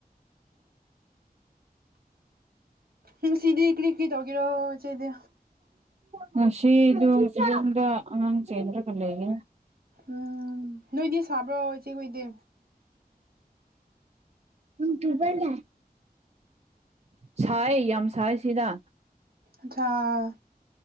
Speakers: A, on the right; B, on the right.
A: ꯉꯁꯤꯗꯤ ꯀꯔꯤ ꯀꯔꯤ ꯇꯧꯒꯦꯔꯣ ꯏꯆꯦꯗꯤ
B: ꯉꯁꯤꯗꯨ ꯌꯨꯝꯗ ꯑꯉꯥꯡ ꯆꯦꯟꯅꯔꯒ ꯂꯩꯒꯅꯤ
A: ꯎꯝ ꯅꯣꯏꯗꯤ ꯁꯥꯕ꯭ꯔꯣ ꯏꯆꯦ ꯈꯣꯏꯗꯤ
B: ꯅꯣꯡ ꯆꯨꯕꯗ ꯁꯥꯏ ꯌꯥꯝ ꯁꯥꯏ ꯁꯤꯗ
A: ꯑꯆꯥꯥ